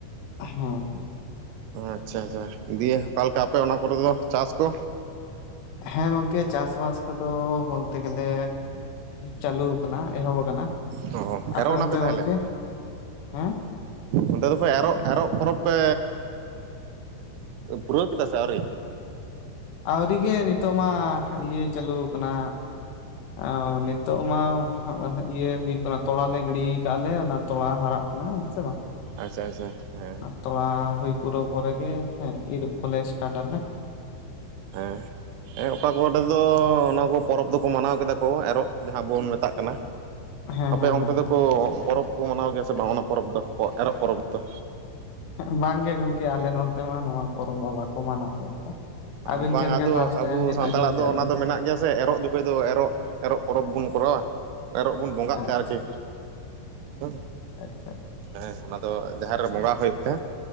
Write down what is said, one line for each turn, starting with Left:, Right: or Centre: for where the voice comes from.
Left: ᱦᱮᱸ
Right: ᱟᱪᱪᱷᱟ ᱟᱪᱪᱷᱟ ᱫᱤᱭᱮ ᱚᱠᱟᱞᱮᱠᱟ ᱟᱯᱮ ᱚᱱᱟ ᱠᱚᱨᱮ ᱫᱚ ᱪᱟᱥ ᱠᱚ?
Left: ᱦᱮᱸ ᱜᱚᱝᱠᱮ ᱪᱟᱥᱵᱟᱥ ᱠᱚᱫᱚ ᱵᱚᱞᱛᱮ ᱜᱮᱞᱮ ᱪᱟᱞᱩ, ᱪᱟᱞᱩ ᱠᱟᱱᱟ ᱮᱦᱳᱵ ᱠᱟᱱᱟ᱾ᱮᱦᱚᱵ ᱟᱠᱟᱱᱟ
Right: ᱚ ᱮᱨᱚᱜ
Left: ᱟᱯᱮ
Right: ᱱᱟᱯᱮ
Left: ᱚᱱᱛᱮ
Right: ᱛᱟᱦᱚᱞᱮ
Left: ᱜᱚᱝᱠᱮ ᱦᱮᱸ,
Right: ᱚᱱᱛᱮ ᱫᱚ ᱯᱮ ᱮᱨᱚᱜ ᱮᱨᱚᱜ ᱯᱚᱨᱚᱵᱽ ᱯᱮ ᱯᱩᱨᱟᱹᱣ ᱠᱮᱫᱟ ᱥᱮ ᱟᱹᱣᱨᱤ?
Left: ᱟᱣᱨᱤᱜᱮ ᱱᱤᱛᱚᱜ ᱢᱟ ᱤᱭᱟᱹ ᱪᱟᱹᱞᱩᱣ ᱠᱟᱱᱟ, ᱟᱨ ᱱᱤᱛᱚᱜ ᱢᱟ ᱤᱭᱟᱹ ᱦᱩᱭᱩᱜ ᱠᱟᱱᱟ ᱛᱚᱲᱟ ᱞᱮ ᱜᱤᱲᱤ ᱠᱟᱜ-ᱟ ᱞᱮ ᱚᱱᱟ ᱛᱚᱲᱟ ᱦᱟᱨᱟᱜ ᱠᱟᱱᱟ ᱥᱮ ᱵᱟᱝ᱾
Right: ᱟᱪᱪᱷᱟ ᱟᱪᱪᱷᱟ ᱦᱮᱸ,
Left: ᱛᱚᱞᱟ ᱦᱩᱭ ᱯᱩᱨᱟᱹᱣ ᱯᱚᱨᱮᱜᱮ ᱤᱨᱚᱜ ᱠᱚᱞᱮ ᱥᱴᱟᱴᱟᱫᱟ ᱞᱮ
Right: <inaudible> ᱮᱸ ᱚᱠᱟ ᱠᱚᱨᱮ ᱫᱚ ᱚᱱᱟ ᱠᱚ ᱯᱚᱨᱚᱵᱽ ᱫᱚᱠᱚ ᱢᱟᱱᱟᱣ ᱠᱮᱫᱟ ᱠᱚ ᱮᱨᱚᱜ ᱡᱟᱦᱟᱸ ᱵᱚᱱ ᱢᱮᱛᱟᱜ ᱠᱟᱱᱟ᱾
Left: ᱦᱮᱸ
Right: ᱟᱯᱮ
Left: ᱦᱮᱸ
Right: ᱚᱱᱛᱮ
Left: ᱦᱮᱸ
Right: ᱫᱚᱠᱚ ᱯᱚᱨᱚᱵᱽ ᱠᱚ ᱢᱟᱱᱟᱣ ᱜᱮᱭᱟ ᱥᱮ ᱵᱟᱝ? ᱚᱱᱟ ᱯᱚᱨᱚᱵᱽ ᱫᱚ ᱮᱨᱚᱜ ᱯᱚᱨᱚᱵᱽ ᱫᱚ,
Left: ᱵᱟᱝ ᱜᱮ ᱜᱚᱝᱠᱮ ᱟᱞᱮ ᱱᱚᱱᱛᱮ ᱢᱟ ᱱᱚᱣᱟ ᱯᱚᱨᱚᱵᱽ ᱢᱟ ᱵᱟᱠᱚ ᱢᱟᱱᱟᱣ ᱜᱮᱭᱟ ᱠᱚ,
Right: ᱚ
Left: ᱟᱹᱵᱤᱱ
Right: ᱵᱟᱝ
Left: ᱴᱷᱮᱱ ᱜᱮ
Right: ᱟᱫᱚ
Left: ᱯᱷᱟᱥᱴ
Right: ᱟᱵᱚ
Left: ᱴᱟᱭᱤᱢ ᱞᱤᱧ
Right: ᱥᱟᱱᱛᱟᱲᱟᱜ
Left: ᱟᱸᱡᱚᱢ ᱠᱮᱫ
Right: ᱫᱚ ᱚᱱᱟ
Left: ᱞᱤᱧ
Right: ᱫᱚ ᱢᱮᱱᱟᱜ ᱜᱮᱭᱟ ᱥᱮ ᱮᱨᱚᱜ ᱡᱚᱠᱷᱚᱡ ᱫᱚ ᱮᱨᱚᱜ, ᱮᱨᱚᱜ ᱯᱚᱨᱚᱵᱽ ᱵᱚᱱ ᱠᱚᱨᱟᱣᱟ ᱮᱨᱚᱜ ᱵᱚᱱ ᱵᱚᱸᱜᱟᱜ
Left: ᱟᱪᱪᱷᱟ
Right: ᱛᱮ ᱟᱨᱠᱤ, ᱦᱩᱸ
Left: <inaudible>
Right: ᱦᱮᱸ ᱚᱱᱟ ᱫᱚ ᱡᱟᱦᱮᱨ ᱨᱮ ᱵᱚᱸᱜᱟ ᱦᱩᱭᱩᱜ ᱛᱮ